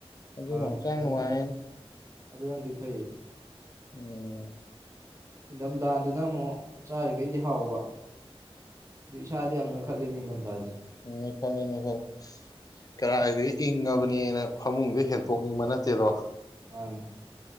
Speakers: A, on the left; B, on the right.
A: ꯑꯗꯨꯅ
B: ꯃꯥꯅꯤ
A: ꯍꯛꯆꯥꯡ
B: ꯑꯗꯨꯅꯗꯤ
A: ꯅꯨꯡꯉꯥꯏꯌꯦꯅ꯫
B: ꯑꯗꯨꯅꯗꯤ ꯐꯩ꯫
A: ꯎꯝ꯫
B: ꯏꯪꯊꯝꯊꯥꯗꯅ ꯑꯃꯨꯛ ꯆꯥꯔꯤꯈꯩꯗꯤ ꯍꯥꯎꯕ꯫ ꯑꯗꯨ ꯏꯁꯥꯗꯤ ꯌꯥꯝꯅꯈꯠꯂꯤꯅꯦ꯫ ꯏꯪꯗꯝꯊꯥ ꯁꯦ꯫
A: <unintelligible> ꯀꯔꯥꯏꯗꯩ ꯏꯪꯉꯕꯅꯦꯅ ꯐꯃꯨꯡꯗꯩ ꯍꯦꯟ ꯗꯣꯛꯅꯤꯡꯕ ꯅꯠꯇꯦꯗꯣ
B: ꯃꯥꯅꯤ